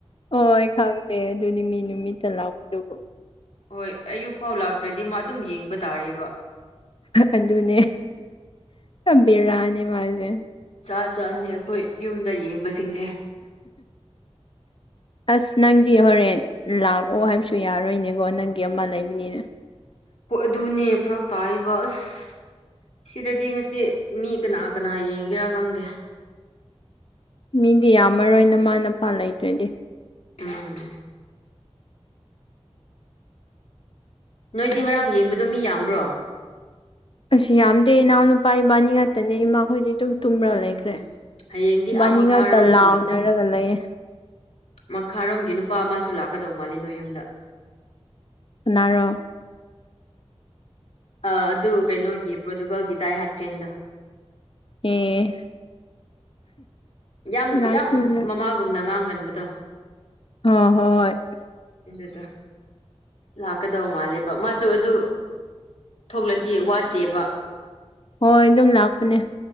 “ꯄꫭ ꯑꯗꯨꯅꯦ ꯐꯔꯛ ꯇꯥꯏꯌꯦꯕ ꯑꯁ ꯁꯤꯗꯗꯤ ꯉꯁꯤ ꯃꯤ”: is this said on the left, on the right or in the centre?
Left